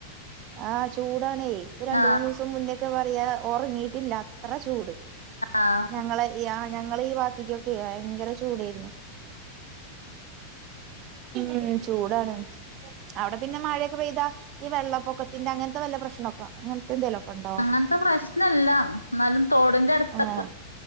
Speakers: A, on the right (about 35°); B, on the left (about 85°).
A: ആഹ ചൂടാണേ ഇരണ്ട്
B: ആഹ്
A: മൂന്ന് ദിവസം മുന്നൊക്കെ പറയാ ഉറങ്ങീട്ടില്ല അത്ര ചൂട്
B: ആഹ്
A: ഞങ്ങളെ ഈ ഞങ്ങള ഈ ഭാഗത്തിക്കൊക്കെ ഭയങ്കര ചൂടായിരുന്നു ഉം ചൂടാണ് അവിടെ പിന്നെ മഴയൊക്കെ പെയ്താ ഈ വെള്ളപ്പൊക്ക ത്തിന്റെ അങ്ങനത്തെ വല്ല പ്രശനൊക്കെ അങ്ങനത്തെ എന്തെലൊക്കെ ഉണ്ടോ
B: അങ്ങനത്തെ പ്രശ്നല്ല എന്നാലും തോടിന്റെ അടുത്താലും
A: ആഹ